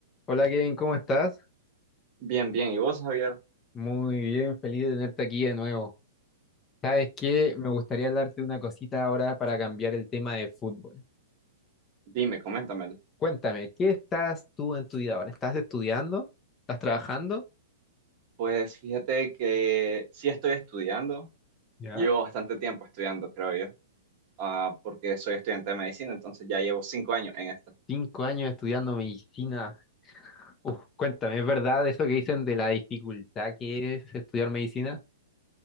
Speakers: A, on the left; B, on the right.
A: Hola Kevin, ¿cómo estás?
B: Bien, bien. ¿Y vos, Javier?
A: Muy bien, feliz de tenerte aquí de nuevo. ¿Sabes qué? Me gustaría hablarte de una cosita ahora para cambiar el tema de fútbol.
B: Dime, coméntamelo.
A: Cuéntame, ¿qué estás tú en tu vida ahora? ¿Estás estudiando? ¿Estás trabajando?
B: Pues fíjate que sí estoy estudiando.
A: ¿Ya?
B: Llevo bastante tiempo estudiando, creo yo, ah, porque soy estudiante de medicina, entonces ya llevo cinco años en esto.
A: Cinco años estudiando medicina. Uf, cuéntame, ¿es verdad eso que dicen de la dificultad que es estudiar medicina?